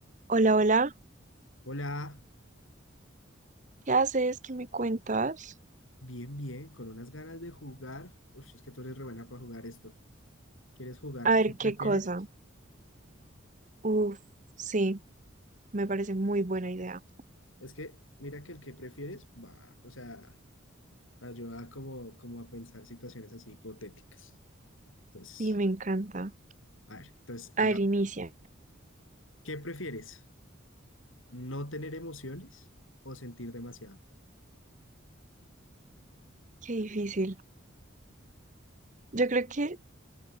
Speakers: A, on the right; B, on the left.
A: Hola, hola,
B: Hola,
A: ¿qué haces? ¿Qué me cuentas?
B: bien, bien, con unas ganas de jugar. Uf, es que tú eres re buena para jugar esto. ¿Quieres jugar
A: A
B: qué
A: ver,
B: prefieres?
A: qué cosa. Uf, sí, me parece muy buena idea.
B: Es que mira que el que prefieres va, o sea, ayuda como, como a pensar situaciones así hipotéticas. Entonces,
A: Y me encanta.
B: a ver, entonces
A: A
B: hagamos.
A: ver, inicia.
B: ¿Qué prefieres? ¿No tener emociones o sentir demasiado?
A: Qué difícil. Yo creo que